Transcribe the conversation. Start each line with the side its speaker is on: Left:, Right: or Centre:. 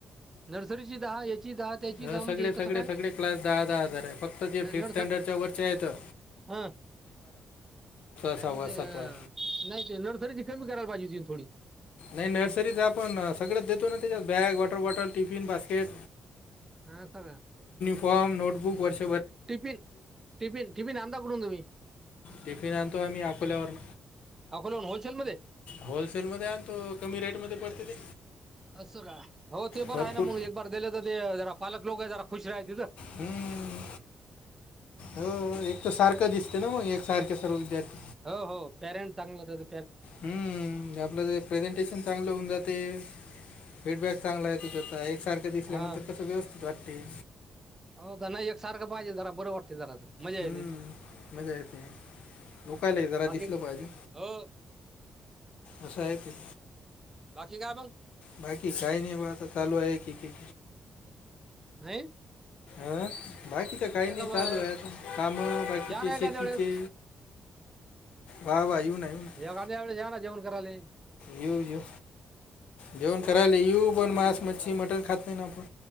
Right: नर्सरीची दहा याची दहा त्याची
Left: ह
Right: दहा म्हणजे
Left: सगळे
Right: हे कसं
Left: सगळे
Right: काय
Left: सगळे क्लास दहा दहा हजार आहे फक्त जे
Right: नाही
Left: फिफ्थ
Right: नर्सर
Left: स्टँडर्डच्या वरचे आहे तर
Right: हा नाही
Left: सहावा
Right: म्हणजे
Left: सातवा
Right: ते नाही ते नर्सरी ची तरी कमी करायला पाहिजे होती. दिन थोडी.
Left: आणि नर्सरीचं आपण सगळंच देतो ना त्याच्यात bag, water bottle, tiffin, basket.
Right: असं.
Left: फॉर्म, नोटबुक वर्ष
Right: टिफिन टिफिन टिफिन आणता कुठून तुम्ही?
Left: टिफिन आणतो आम्ही अकोल्यावरन.
Right: अकोल्याहून होलसेल मध्ये
Left: होलसेल मध्ये आणतो कमी रेट मध्ये पडते ते
Right: असं का हो ते बरं
Left: भरपूर
Right: आहे ना मग एक बार दिले तर ते जरा पालक लोक आहे जरा खुश राहिल.
Left: हम्म हो एक तर सारखं दिसते ना मग एक सारखे सर्व विद्यार्थी
Right: हो हो पॅरेंट् चांगलं त्याचं
Left: हम्म, आपलं ते प्रेझेंटेशन चांगलं होऊन जाते, फीडबॅक चांगला आहे तु त्याचा एकसारखं दिसल्यानंतर
Right: हा
Left: कसं व्यवस्थित वाटते
Right: हो नाही एक सारखं पाहिजे जरा बरं वाटते जरा मजा
Left: हम्म,
Right: येत
Left: मजा येते बोकायला जरा
Right: बाकी
Left: दिसलं पाहिजे
Right: हो
Left: असं आहे ते
Right: बाकी काय मग
Left: बाकी काही नाही बा आता चालू आहे की क
Right: हा
Left: अं बाकी तर काही नाही
Right: आहे
Left: चालू आहेत काम बाकीचे
Right: या ना एखाद्या
Left: शेतीचे
Right: वेळेस
Left: वा वा येऊ ना येऊ ना
Right: जव व या ना जेवण कराले
Left: येऊ येऊ जेवण करायला येऊ पण मांस मच्छी मटण खात नाही ना आपण